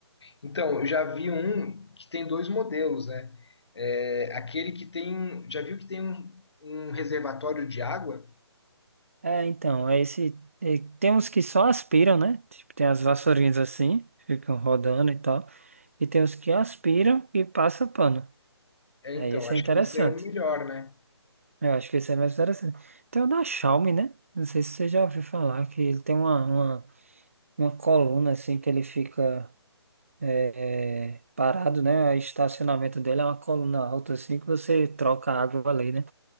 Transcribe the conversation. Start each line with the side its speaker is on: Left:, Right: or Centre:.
Left: Então, eu já vi um que tem dois modelos, né? É, aquele que tem. Já viu que tem um, um reservatório de água?
Right: É, então, é esse. é, tem uns que só aspiram, né? Tipo, tem as vassourinhas assim, ficam rodando e tal. E tem os que aspiram e passa pano.
Left: É,
Right: Aí
Left: então,
Right: esse
Left: acho
Right: é interessante.
Left: que esse é o melhor, né?
Right: Eu acho que esse é mais interessante. Tem o da Xiaomi, né? Não sei se você já ouviu falar, que ele tem uma, uma, uma coluna assim que ele fica. é, é, parado, né? O estacionamento dele é uma coluna alta assim que você troca a água ali, né?